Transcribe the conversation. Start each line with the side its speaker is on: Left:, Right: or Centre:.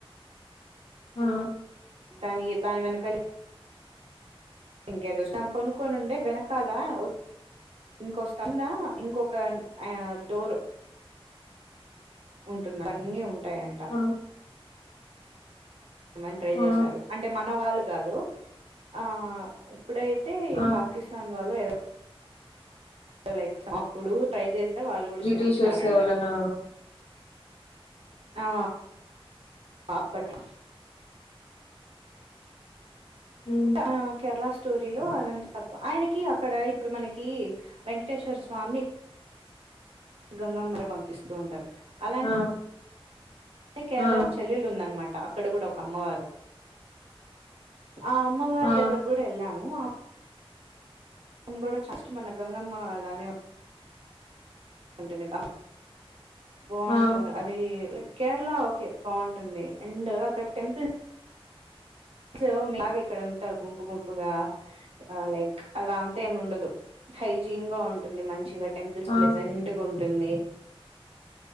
Left: ఆ
Right: దాని దాని వెనకాల ఇంకేదో కొనుక్కొనిండే వెనకాల ఓ ఇంకోస్తందా ఇంకొక ఆ డోర్ ఉంటుంది ఇవన్నీ ఉంటాయి అం
Left: ఆ
Right: మని ట్రై
Left: ఆ
Right: చేశారు అంటే మన వాళ్ళు కాదు ఆ ఇప్పుడై అయితే
Left: ఆ
Right: పాకిస్తాన్ వాళ్ళు ఎదో లైక్ అప్పుడు ట్రై చేస్తే వాళ్ళు కూడా
Left: బ్రిటిషర్స్
Right: చనిపోయినారంట.
Left: ఎవరనా
Right: ఆ అప్పట్
Left: ఉ
Right: ఆ కేరళ స్టోరీలో అనంతపద్మ ఆయనకి అక్కడ ఇప్పుడు మనకి వెంకటేశ్వర స్వామి గంగమ్మర పంపిస్తూ ఉంటారు అలా
Left: ఆ
Right: అంటే కేరళలో
Left: ఆ
Right: చెల్లెలు ఉందనమాట అక్కడ కూడా ఒక అమ్మవారు ఆ అమ్మవారి
Left: ఆ
Right: దగ్గర కూడా ఎళ్ళాము, ఆ మేం కూడా జస్ట్ మన గంగమ్మ అలానే ఉంటుంది అమ్మ బావుంటుంది.
Left: ఆ
Right: అది లైక్ కేరళ ఓకే బావుంటుంది అండ్ అక్కడ టెంపుల్ స్ అలాగే ఇక్కడంత గుంపు గుంపుగా ఆ లైక్ అలా అంత ఏమి ఉండదు హైజీన్ గా ఉంటుంది మంచిగా. టెంపుల్స్
Left: ఆ
Right: ప్లజెంట్గా ఉంటుంది.